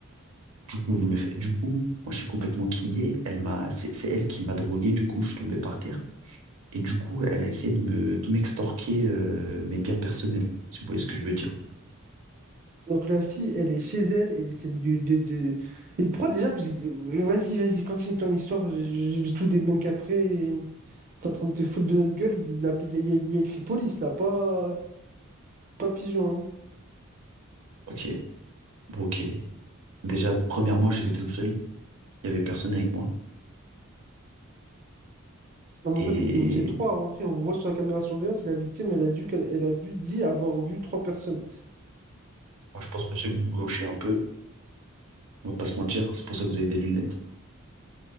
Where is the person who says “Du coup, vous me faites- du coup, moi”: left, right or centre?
Right